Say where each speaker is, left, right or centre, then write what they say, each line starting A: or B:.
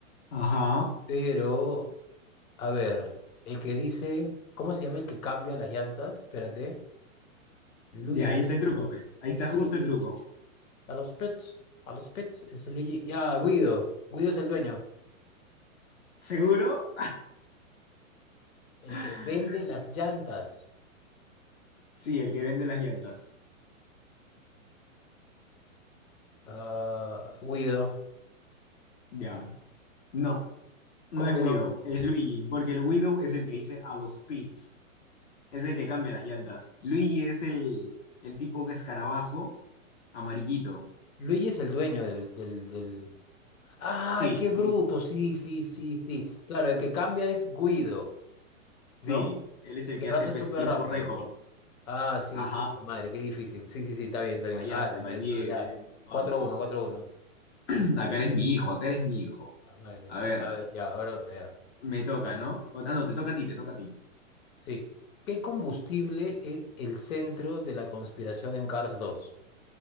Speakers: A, on the left (about 55°); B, on the left (about 80°).
A: ajá.
B: pero, a ver, el que dice, ¿cómo se llama el que cambia las llantas? Espérate, Luigi,
A: Ya, ahí está el truco, pues. Ahí está justo
B: Luigi,
A: el truco.
B: a los pets, a los pets, es Luigi, ya, Guido, Guido es el dueño,
A: ¿Seguro?
B: el
A: <laughs>
B: que vende las llantas,
A: Sí, el que vende las llantas.
B: Ah, Guido,
A: Ya. No, no
B: ¿cómo
A: es
B: que
A: Widow,
B: no?
A: es Luigi, porque el Widow es el que dice a los pits, es el que cambia las llantas. Luigi es el, el tipo que escarabajo amarillito.
B: Luigi es el dueño del, del, del, Ay,
A: Sí,
B: qué bruto.
A: Lu-
B: Sí, sí, sí, sí. Claro, el que cambia es Guido, ¿no?
A: sí, él es
B: El
A: el
B: que
A: que
B: lo
A: hace
B: hace
A: pues,
B: súper
A: tiempo
B: rápido.
A: récord.
B: Ah, sí,
A: Ajá,
B: pucha madre, qué difícil. Sí, sí, sí, está bien, está bien.
A: fallaste,
B: Ah, la miércoles,
A: va bien,
B: ya.
A: bien, vamos,
B: Cuatro
A: vamos.
B: uno, cuatro uno.
A: <clears throat> Acá eres mi hijo, acá eres mi hijo.
B: Puta madre.
A: A ver.
B: Ya, a ver, ya, ahora otra, ya.
A: Me toca, ¿no? O- ah, no, te toca a ti, te toca a ti.
B: Sí. ¿Qué combustible es el centro de la conspiración en Cars 2?